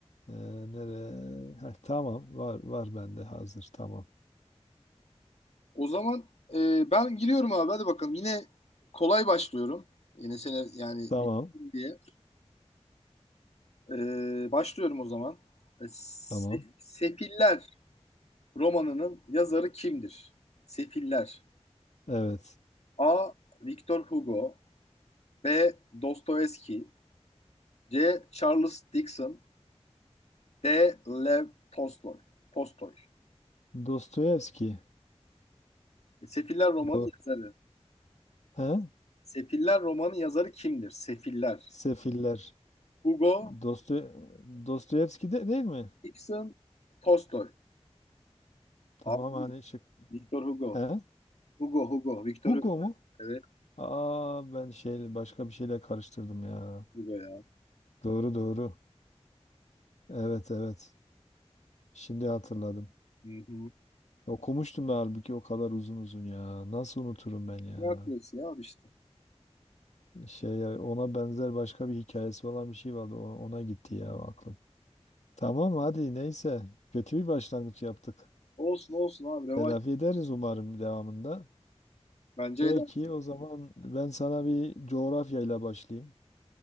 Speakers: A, on the left; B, on the left.
A: E, nereye? Heh, tamam var var bende hazır tamam.
B: O zaman e, ben giriyorum abi. Hadi bakalım. Yine kolay başlıyorum. Yine sene yani
A: Tamam
B: bildim diye. E, başlıyorum o zaman. E, Se-
A: tamam.
B: Sefiller romanının yazarı kimdir? Sefiller.
A: Evet.
B: A. Victor Hugo. B. Dostoyevski. C. Charles Dickens. D. Lev Tolstoy. Tolstoy.
A: Dostoyevski.
B: E, Sefiller romanı
A: Do
B: yazarı.
A: He?
B: Sefiller romanı yazarı kimdir? Sefiller.
A: Sefiller.
B: Hugo,
A: Dostoy Dostoyevski de değil mi?
B: Dostoyevskison, Tolstoy.
A: Tamam
B: Abi,
A: hani şık.
B: Victor Hugo.
A: He?
B: Hugo, Hugo, Victor
A: Hugo
B: Hugo.
A: mu?
B: Evet,
A: Aa ben şey başka bir şeyle karıştırdım ya.
B: Hugo ya.
A: Doğru doğru. Evet evet. Şimdi hatırladım.
B: Hı hı.
A: Okumuştum da halbuki o kadar uzun uzun ya. Nasıl unuturum ben ya?
B: Hercules ya abi işte.
A: Şey ona benzer başka bir hikayesi olan bir şey vardı. O- Ona gitti ya aklım. Tamam hadi neyse. Kötü bir başlangıç yaptık.
B: Olsun olsun abi revanş.
A: Telafi ederiz umarım devamında.
B: Bence
A: Peki
B: edersin.
A: o zaman ben sana bir coğrafyayla başlayayım.